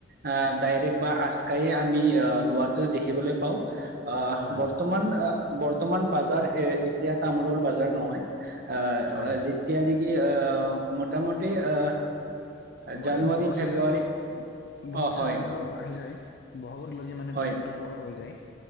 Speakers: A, on the right; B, on the left.
A: আহ ডাইৰেক্ট বা আচকায়ে আমি আহ লোৱাটো দেখিবলৈ পাওঁ। অৱ
B: হয়
A: বৰ্তমান। বৰ্তমান বাজাৰ এ এতিয়া তামোলৰ বাজাৰ নহয় আহ
B: হয়
A: যি যেতিয়া নেকি অ মোটামুটি আহ
B: মানে
A: জানুৱাৰী
B: বহক
A: ফেব্ৰুৱাৰী
B: চিজেনতটো বহাগ
A: অ
B: চিজেনটো
A: হয়
B: আহি যায় বহাগত লগি মানে
A: হয়
B: তামোলটো পকা হৈ যায়